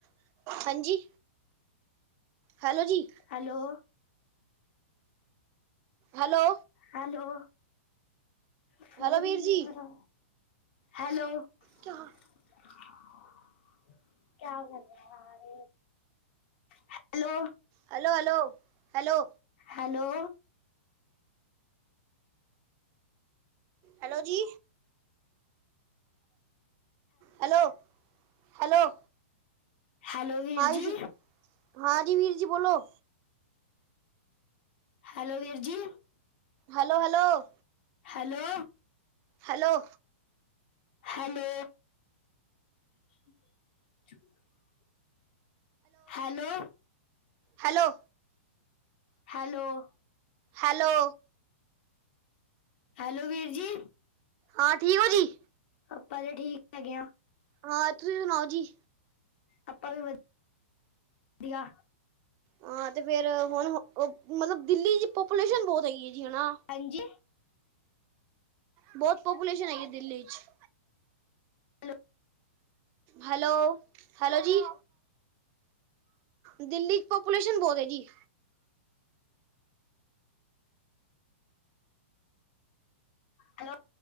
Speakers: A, on the right; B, on the left.
A: ਹਾਂਜੀ। ਹੈਲੋ ਜੀ।
B: Hello.
A: Hello.
B: Hello phone
A: hello ਵੀਰ
B: ਹੀ ਨੀਂ
A: ਜੀ
B: ਆਇਆ। ਹੈਲੋ।
A: ਕਿਉਂ।
B: <inaudible> ਕਿਆ ਕਰ ਰਾ ਯਾਰ। Hello
A: hello, hello, hello.
B: Hello.
A: Hello ਜੀ ਹੈਲੋ। ਹੈਲੋ
B: ਹੈਲੋ ਵੀਰ
A: ਹਾਂਜੀ।
B: ਜੀ
A: ਹਾਂਜੀ ਵੀਰ ਜੀ ਬੋਲੋਂ।
B: ਹੈਲੋ ਵੀਰ ਜੀ।
A: Hello, hello
B: hello.
A: Hello.
B: Hello. <inaudible> Hello
A: hello
B: -hello.
A: Hello.
B: Hello ਵੀਰ ਜੀ।
A: ਹਾਂ ਠੀਕ ਹੋ ਜੀ।
B: ਆਪਾਂ ਤਾਂ ਠੀਕ ਹੈਗੇ ਆ।
A: ਹਾਂ ਤੁਸੀਂ ਸੁਣਾਓ ਜੀ।
B: ਆਪਾਂ ਵੀ- ਵਧੀਆਂ।
A: ਹਾਂ ਤੇ, ਫ਼ਿਰ ਹੁਣ ਮੱਤਲਬ ਦਿੱਲੀ ਚ ਪਾਪੂਲੇਸ਼ਨ ਬਹੁਤ ਹੈਗੀ ਹੈਂ ਜੀ ਨਾ ਹਨਾ।
B: ਹਾਂਜੀ।
A: ਬਹੁਤ ਪਾਪੂਲੇਸ਼ਨ ਹੈਗੀ ਦਿੱਲੀ ਚ'।
B: ਹੈਲੋ
A: ਹੈਲੋ, ਹੈਲੋ ਜੀ, ਦਿੱਲੀ ਪਾਪੂਲੇਸ਼ਨ ਬਹੁਤ ਜੀ,
B: ਹੈਲੋ,